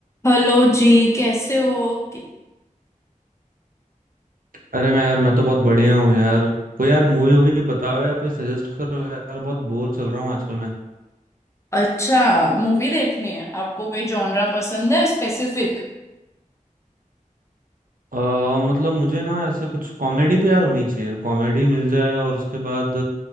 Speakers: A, on the left (about 20°); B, on the right (about 90°).
A: Hello जी कैसे हो कि-
B: अरे मैं यार मैं तो बहुत बढ़िया हूँ यार कोई यार मूवी वूवी बताओ या कोई सजेस्ट करो यार बहुत बोर चल रहा हूँ आजकल मैं
A: अच्छा मूवी देखनी है आपको कोई जॉनरा पसंद है स्पेसिफिक
B: आ, मतलब मुझे ना ऐसे कुछ कॉमेडी तो यार होनी चाहिए कॉमेडी मिल जाए और उसके बाद